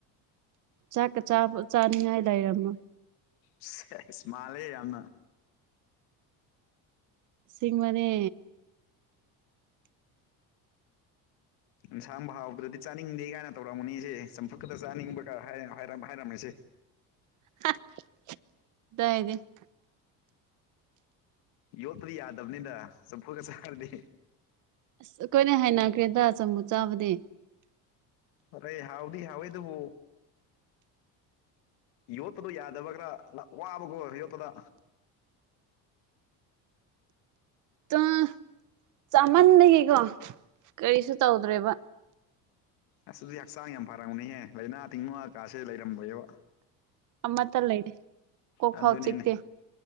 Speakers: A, on the right; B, on the left.
A: ꯆꯥꯛꯀ ꯆꯥꯕ ꯆꯥꯅꯤꯡꯉꯥꯏ ꯂꯩꯔꯝꯃꯣꯏ꯫
B: ꯏꯁ ꯃꯥꯂꯦ ꯌꯥꯝꯅ
A: ꯁꯤꯡꯕꯅꯦ <inaudible>
B: ꯏꯟꯁꯥꯡꯕ ꯍꯥꯎꯗꯔ꯭ꯗꯤ ꯆꯥꯅꯤꯡꯗꯦ ꯀꯥꯏꯅ ꯇꯧꯔꯝꯒꯅꯤꯁꯦ ꯆꯝꯐꯨꯠ ꯈꯛꯗ ꯆꯥꯅꯤꯡꯕ꯫ ꯍꯥꯏꯔꯝꯃꯤꯁꯤ
A: <unintelligible>
B: ꯌꯣꯠꯄꯗꯤ ꯌꯥꯗꯕꯅꯤꯗ ꯆꯝꯐꯨꯒ ꯁꯥꯔꯗꯤ
A: ꯑꯁ ꯑꯩꯈꯣꯏꯅ ꯍꯥꯏꯅꯈ꯭ꯔꯦꯗ ꯆꯃꯨ ꯆꯥꯕꯗꯤ꯫
B: ꯑꯔꯦ ꯍꯥꯎꯗꯤ ꯍꯥꯎꯋꯦꯗꯨꯕꯨ꯫ ꯌꯣꯠꯇꯗꯣ ꯌꯥꯗꯕ ꯈ꯭ꯔꯥ ꯋꯥꯕꯒꯣ ꯌꯣꯠꯇꯗ
A: ꯑꯥ ꯆꯥꯃꯟꯗꯒꯤꯀꯣ ꯀꯔꯤꯁꯨ ꯇꯧꯗ꯭ꯔꯦꯕ꯫
B: ꯑꯁꯗꯤ ꯍꯛꯆꯥꯡ ꯌꯥꯝ ꯐꯔꯝꯒꯨꯅꯤꯍꯦ ꯂꯥꯏꯅꯥ ꯇꯤꯡꯅ ꯀꯥꯁꯦ ꯂꯩꯔꯝꯃꯣꯏꯕ꯫
A: ꯑꯃꯠꯇ ꯂꯩꯔꯦ ꯀꯣꯛ
B: ꯑꯗꯨꯅꯤꯅꯦ
A: ꯐꯥꯎ ꯆꯤꯛꯇꯦ꯫